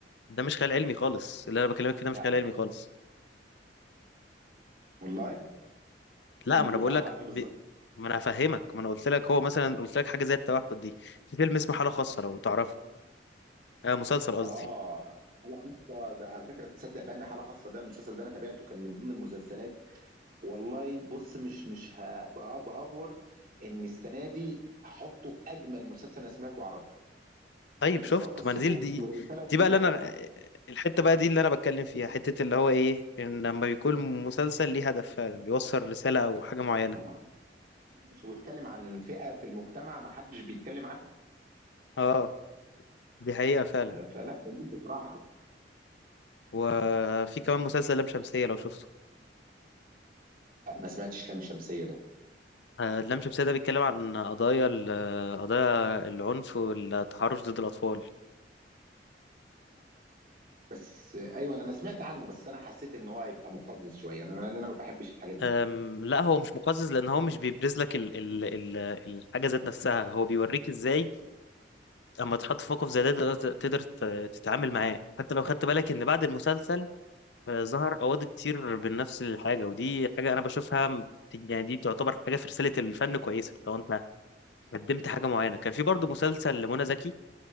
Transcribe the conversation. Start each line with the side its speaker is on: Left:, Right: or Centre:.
Left: ده مش خيال علمي خالص اللي انا بكلمك فيه ده
Right: لا
Left: مش خيال
Right: لا
Left: علمي خالص
Right: والله
Left: لا
Right: أمال
Left: ما انا
Right: بيبقى
Left: بقول
Right: عبارة
Left: لك
Right: عن إيه بالظبط؟
Left: ب... ما انا هفهمك ما انا قلت لك هو مثلا قلت لك حاجه زي التوحد دي في فيلم اسمه حاله خاصه لو تعرفه آه مسلسل قصدي
Right: آه حالة خاصة ده على فكرة تصدق بأن حالة خاصة ده المسلسل ده أنا تابعته كان من ضمن المسلسلات والله بص مش مش هبقى بافور ان السنه دي هحطه اجمل مسلسل انا سمعته عربي
Left: طيب شفت
Right: بسبب قصته
Left: منزل دي
Right: والرساله
Left: دي
Right: اللي
Left: بقى
Right: وصلها
Left: اللي انا الحته بقى دي اللي انا بتكلم فيها حته اللي هو ايه ان لما بيكون مسلسل ليه هدف فعلا بيوصل رساله او حاجه معينه
Right: اه واتكلم عن فئه في المجتمع ما حدش بيتكلم عنها
Left: اه دي حقيقه فعلا
Right: آه، فلا جميل بصراحه
Left: وفي كمان مسلسل لام شمسيه لو شفته
Right: لا، ما سمعتش لام شمسيه ده
Left: آه، لام شمسيه ده بيتكلم عن قضايا ال- قضايا العنف والتحرش ضد الاطفال
Right: بس آه، ايوه انا أنا سمعت عنه بس انا حسيت ان هو هيبقى مقزز شويه انا لان انا ما بحبش الحاجات دي
Left: أم، لا هو مش مقزز لان هو مش بيبرز لك ال ال ال الحاجه ذات نفسها هو بيوريك ازاي اما تحط في موقف زي ده تقدر تقدر ت- تتعامل معاه حتى لو خدت بالك ان بعد المسلسل فظهر قواضي كتير بنفس الحاجة ودي حاجة أنا بشوفها م- يعني دي تعتبر حاجة في رسالة الفن كويسة لو أنت قدمت حاجة معينة كان في برضو مسلسل لمنى زكي